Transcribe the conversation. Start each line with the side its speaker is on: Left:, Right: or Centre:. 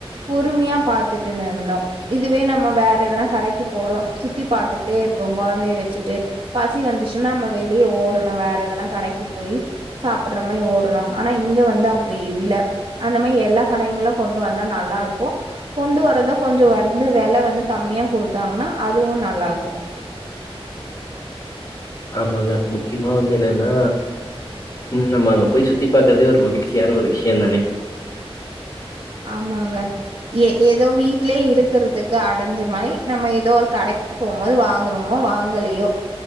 Right: பொறுமையா பாத்துட்டு நிந்தோ இதுவே நம்ம வேற எதனா கடைக்கு போறோம் சுத்தி பாத்துட்டே இருக்கோ கெழந்தையை வெச்சுட்டு பசி வந்துச்சுன்னா நம்ம வெளியே ஓடணு வேற எதுனா கடைக்கு போய் சாப்ட்ற மாரி ஓடணு ஆனா இங்க வந்து அப் அப்டி இல்ல அந்த மாரி எல்லா கடைங்களும் கொண்டு வந்தா நல்லா இருக்கு கொண்டு வரறதா கொஞ்சோ வந்து வெல வந்து கம்மியா குடுத்தாங்கன்னா அதுவு நல்லா இருக்கு
Left: ஆமாங்க முக்கியமா வந்து என்னன்னா நம்ம அங்க போய் சுத்தி பாக்கறதே ஒரு மகிழ்ச்சியான ஒரு விஷயந்தானே
Right: ஆமாங்க ஏ ஏதோ வீட்லயே இருக்கிறதுக்கு அடஞ்சுமாரி நம்ம ஏதோ ஒரு கடைக்கு போம் போது வாங்குறோமோ வாங்கலியோ